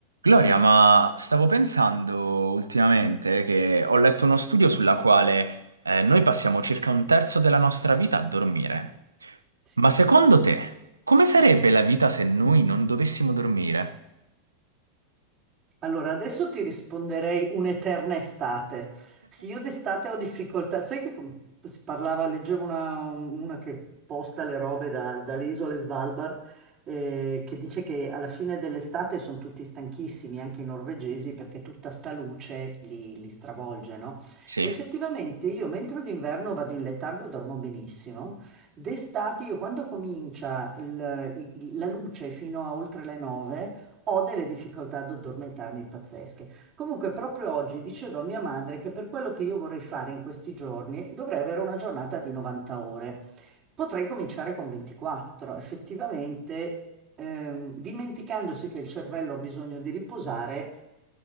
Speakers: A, on the right; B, on the right.
A: Gloria, ma stavo pensando ultimamente che ho letto uno studio sulla quale eh, noi passiamo circa un terzo della nostra vita a dormire.
B: Sì.
A: Ma secondo te, come sarebbe la vita se noi non dovessimo dormire?
B: Allora, adesso ti risponderei un'eterna estate. Io d'estate ho difficoltà, sai che com- si parlava, leggevo una, una che posta le robe da- dalle isole Svalbard, eh, che dice che alla fine dell'estate sono tutti stanchissimi, anche i norvegesi, perché tutta sta luce li, li stravolge, no?
A: Sì.
B: Effettivamente io mentre d'inverno vado in letargo e dormo benissimo, d'estate io quando comincia il- il- la luce fino a oltre le 9, Ho delle difficoltà ad addormentarmi pazzesche. Comunque, proprio oggi dicevo a mia madre che per quello che io vorrei fare in questi giorni dovrei avere una giornata di 90 ore. Potrei cominciare con 24. Effettivamente, ehm, dimenticandosi che il cervello ha bisogno di riposare,